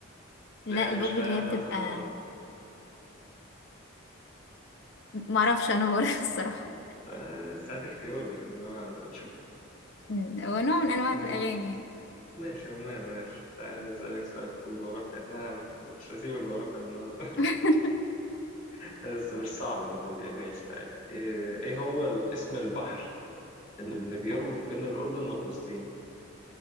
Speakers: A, on the left; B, on the left.
A: لا
B: اللي هي
A: البوب
B: مش راب
A: اللي هي بتبقى
B: مثلا ولا
A: معرفش أنا برضه <laughs> الصراحة
B: بتاع- بس هتفتيولي اللي هو
A: مم، هو نوع من أنواع
B: <laughs>
A: الأغاني يعني
B: ماشي وماله ماشي تعالى أسألك سؤال في الجغرافيا أنا مش هسيب الجغرافيا النهاردة
A: <laughs>
B: <laughs> بس مش صعب المفروض يعني ماشي تعالى إيه إيه هو ال- اسم البحر اللي بيربط بين الأردن وفلسطين؟